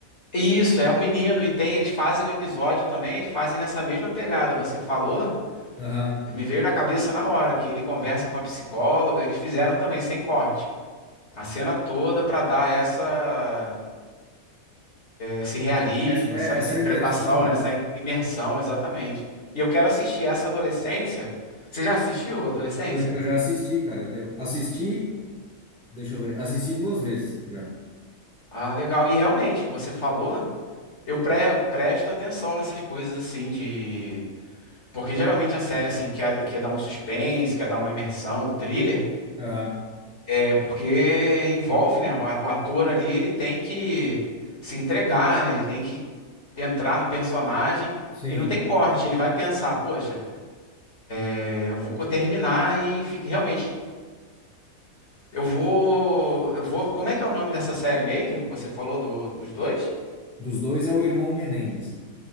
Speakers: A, on the left (about 50°); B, in the centre.
A: isso, é o menino. E tem, eles fazem um episódio também, eles fazem nessa mesma pegada. Você falou,
B: Aham.
A: e me veio na cabeça na hora que ele conversa com a psicóloga. Eles fizeram também sem corte. A cena toda pra dar essa Esse realismo,
B: Essa, é,
A: essa
B: essa
A: interpretação,
B: imersão, né?
A: né? Essa imersão, exatamente. E eu quero assistir essa Adolescência. Você já assistiu Adolescência?
B: Eu, eu já assisti, cara. Eu assisti, deixa eu ver, assisti duas vezes já.
A: Ah, legal. E realmente, você falou, eu pre- presto atenção nessas coisas assim de. Porque geralmente a série assim quer, quer dar um suspense, quer dar uma imersão, o thriller,
B: Aham.
A: é porque envolve, né? O a- o ator ali, ele tem que se entregar, né? Ele tem que entrar no personagem
B: Sim.
A: e não tem corte. Ele vai pensar, poxa. É, Eu vou terminar e fique realmente. Eu vou. Eu vou. Como é que é o nome dessa série mesmo que você falou do- dos dois?
B: Dos dois é o irmão Menendez.